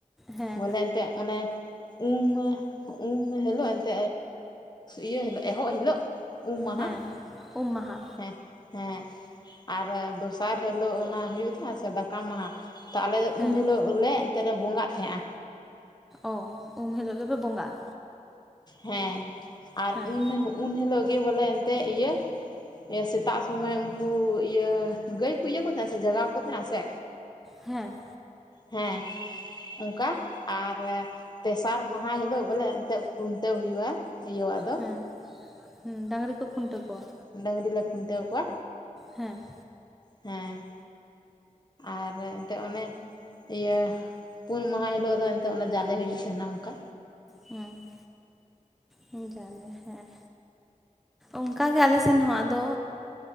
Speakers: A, in the centre; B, on the left.
A: ᱦᱮᱸ
B: ᱵᱚᱞᱮ ᱮᱱᱛᱮᱫ ᱚᱱᱮ ᱩᱢ ᱩᱢ ᱦᱤᱞᱳᱜ ᱮᱱᱛᱫ ᱤᱭᱟᱹ ᱦᱤᱞᱳᱜ ᱮᱦᱚᱵ ᱦᱤᱞᱳᱜ ᱩᱢ ᱢᱟᱦᱟ
A: ᱦᱮᱸ ᱩᱢ ᱢᱟᱦᱟ
B: ᱦᱮᱸ ᱦᱮᱸ ᱟᱨ ᱫᱚᱥᱟᱨ ᱦᱤᱞᱳᱜ ᱚᱱᱟ ᱦᱩᱭᱩᱜ ᱛᱟᱦᱮᱸᱫ ᱥᱮ ᱫᱟᱠᱟ ᱢᱟᱦᱟᱸ ᱛᱚ ᱟᱞᱮᱫ ᱫᱚ
A: ᱦᱮᱸ
B: ᱩᱱ ᱦᱤᱞᱳᱜ ᱞᱮ ᱮᱱᱛᱮᱫ ᱞᱮ ᱵᱚᱸᱜᱟᱜ ᱛᱟᱦᱮᱸᱜᱼᱟ᱾
A: ᱚ ᱩᱢ ᱦᱤᱞᱳᱜ ᱜᱮᱯᱮ ᱵᱚᱸᱜᱟᱜᱼᱟ᱾
B: ᱦᱮᱸ ᱟᱨ
A: ᱦᱮᱸ
B: ᱩᱱ ᱩᱱ ᱦᱤᱞᱳᱜ ᱜᱮ ᱵᱚᱞᱮ ᱮᱱᱛᱫ ᱤᱭᱟᱹ ᱥᱮᱛᱟᱜ ᱥᱚᱢᱚᱭ ᱩᱱᱠᱩ ᱤᱭᱟᱹ ᱜᱟᱹᱭ ᱠᱚ ᱤᱭᱟᱹ ᱠᱚ ᱛᱟᱦᱮᱸᱫ ᱥᱮ ᱡᱟᱜᱟᱣ ᱠᱚ ᱛᱟᱦᱮᱸᱫ ᱥᱮ᱾
A: ᱦᱮᱸ
B: ᱦᱮᱸ ᱚᱱᱠᱟ ᱟᱨ ᱛᱮᱥᱟᱨ ᱢᱟᱦᱟᱸ ᱦᱤᱞᱳᱜ ᱵᱚᱞᱮ ᱮᱱᱛᱮᱫ ᱛᱟᱹᱣ ᱦᱩᱭᱩᱜᱼᱟ ᱤᱭᱟᱹᱣᱟᱜ ᱫᱚ᱾
A: ᱦᱮᱸ ᱦᱮᱸ ᱰᱟᱝᱨᱤ ᱠᱚ ᱠᱷᱩᱱᱴᱟᱹᱣ ᱠᱚᱣᱟ᱾
B: ᱰᱟᱹᱝᱨᱤ ᱞᱮ ᱠᱷᱩᱱᱴᱟᱹᱣ ᱠᱚᱣᱟ᱾
A: ᱦᱮᱸ
B: ᱦᱮᱸ ᱟᱨ ᱮᱱᱛᱮᱫ ᱚᱱᱮ ᱤᱭᱟᱹ ᱯᱩᱱ ᱢᱟᱦᱟᱸ ᱦᱤᱞᱳᱜ ᱫᱚ ᱮᱱᱛᱮ ᱚᱱᱟ ᱡᱟᱞᱮ ᱦᱩᱭᱩᱜ ᱛᱟᱦᱮᱱᱟ ᱚᱱᱠᱟ᱾
A: ᱦᱮᱸ ᱦᱮᱸ ᱡᱟᱞᱮ ᱦᱮᱸ ᱚᱱᱠᱟᱜᱮ ᱟᱞᱮ ᱥᱮᱱ ᱦᱚᱸ ᱟᱫᱚ,